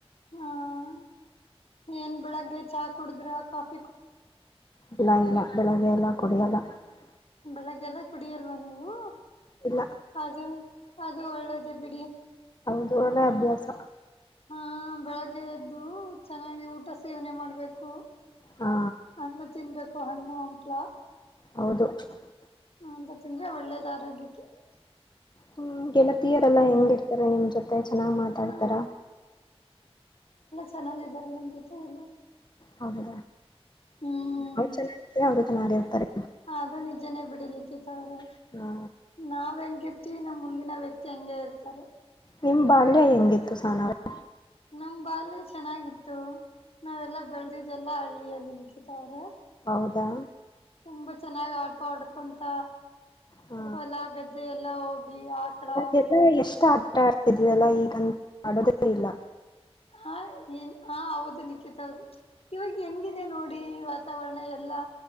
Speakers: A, on the left (about 70°); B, on the left (about 45°).
A: ಹ್ಮ ಏನ್ ಬೆಳಗ್ಗೆ ಚಾ ಕುಡುದ್ರ ಕಾಫಿ <unintelligible>
B: ಬಳಾಯಲಾ ಬೆಳಗೆಲ್ಲ ಕೊಡೆಯಲ <unintelligible>
A: ಬೆಳಗ್ಗೆಲ್ಲ ಕುಡಿಯ <unintelligible> ಲ್ವಾ ನೀವು
B: ಇಲ್ಲ
A: ಅದು ಅದು ಒಳ್ಳೆದೇ ಬಿಡಿ <unintelligible>
B: ಅದೂ ಒಳ್ಳೆ ಅಭ್ಯಾಸ.
A: ಹ ಬೆಳಗ್ಗೆ ಎದ್ದು ಚೆನ್ನಾಗಿ ಊಟ ಸೇವನೆ ಮಾಡ್ಬೇಕು <unintelligible>
B: ಹಾ
A: ಹಣ್ಣು ತಿನ್ಬೇಕು ಹಣ್ಣು ಹಂಪ್ಲ <unintelligible>
B: ಹೌದು <unintelligible>
A: ಹ ಅಂತ ತಿಂದ್ರೆ ಒಳ್ಳೇದ ಆರೋಗ್ಯಕ್ಕೆ <unintelligible>
B: ಹ ಗೆಳತಿಯರೆಲ್ಲಾ ಹೆಂಗಿರ್ತಾರೆ ನಿಮ್ ಜೊತೆ ಚೆನಾಗ್ ಮಾತಾಡ್ತರ
A: ಹ ಚೆನಾಗಿದಾರ ನಿಮ್ಮ್ ಜೊತೆ ಎಲ್ಲ
B: ಹೌದಾ
A: ಹ್ಮ್
B: ನಾವು ಚೆನಾಗಿದ್ರೆ ಅವ್ರು ಚೆನಾಗಿರ್ತಾರೆ.
A: ಅದು ನಿಜನೇ ಬಿಡಿ ಲಿಖಿತ ಅವ್ರೆ
B: ಹಾ
A: ನಾವ್ ಹೆಂಗಿರ್ತಿವಿ ನಮ್ಮ್ ಮುಂದಿನ ವ್ಯಕ್ತಿ ತೆಂಗೆ ಇರ್ತಾರೆ.
B: ನಿಮ್ ಬಾಲ್ಯ ಹೆಂಗಿತ್ತು ಸಹನಾ ಅವ್ರೆ
A: ನಮ್ ಬಾಲ್ಯ ಚೆನ್ನಾಗಿತ್ತು ನಾವೆಲ್ಲಾ ಬೆಳೆದಿದ್ದೆಲ್ಲ ಹಳ್ಳಿಯಲ್ಲಿ ಲಿಖಿತ ಅವ್ರೆ.
B: ಹೌದಾ
A: ತುಂಬಾ ಚೆನ್ನಾಗ್ ಆಟ ಆಡ್ಕೊಂತ
B: ಹಾ
A: ಹೊಲ ಗದ್ದೆ ಎಲ್ಲಾ ಹೋಗಿ ಆಕಳ
B: ಅವಾಗೆಲ್ಲ ಎಷ್ಟ್ ಆಟ ಆಡ್ತಿದ್ವಿ ಅಲ್ಲ ಈಗಂತ್ ಆಡೋದೇ ಇಲ್ಲ
A: ಹಾ ಏನ್ ಹಾ ಹೌದು ಲಿಖಿತವ್ರು ಇವಾಗ ಹೆಂಗಿದೆ ನೋಡಿ ವಾತಾವರಣ ಎಲ್ಲಾ